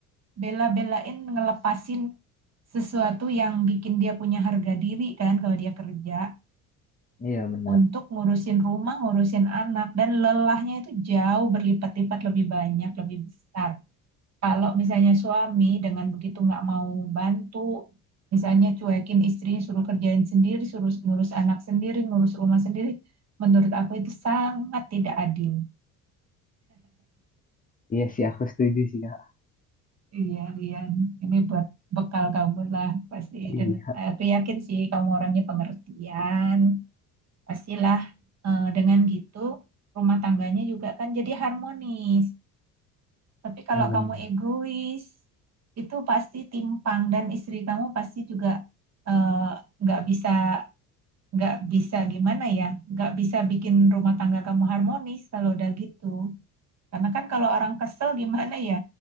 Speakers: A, on the right; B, on the left.
A: bela-belain ngelepasin sesuatu yang bikin dia punya harga diri kan kalau dia kerja
B: iya benar.
A: untuk ngurusin rumah, ngurusin anak dan lelahnya itu jauh berlipat-lipat lebih banyak, lebih besar. Kalau misalnya suami dengan begitu nggak mau bantu, misalnya cuekin istrinya suruh kerjain sendiri, suruh ngurus anak sendiri, ngurus rumah sendiri, menurut aku itu sangat tidak adil.
B: Iya sih, aku setuju sih kak.
A: Iya, Rian. Ini buat bekal kamu lah pasti.
B: Iya,
A: Dan eh, aku yakin sih kamu orangnya pengertian. Pastilah eh, dengan gitu rumah tangganya juga kan jadi harmonis. Tapi kalau
B: benar.
A: kamu egois, itu pasti timpang dan istri kamu pasti juga eh, nggak bisa nggak bisa gimana ya, nggak bisa bikin rumah tangga kamu harmonis kalau udah gitu. Karena kan kalau orang kesel gimana ya?